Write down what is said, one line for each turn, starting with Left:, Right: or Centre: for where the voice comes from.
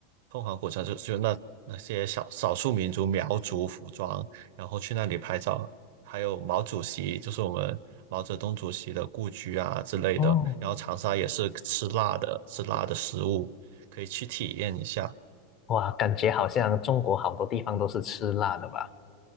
Right: 凤凰古城就就那那些小少数民族苗族服装，然后去那里拍照，还有毛主席，就是我们毛泽东主席的故居啊之类的。
Left: 哦，
Right: 然后长沙也是吃辣的，吃辣的食物，可以去体验一下。
Left: 哇，感觉好像中国好多地方都是吃辣的吧？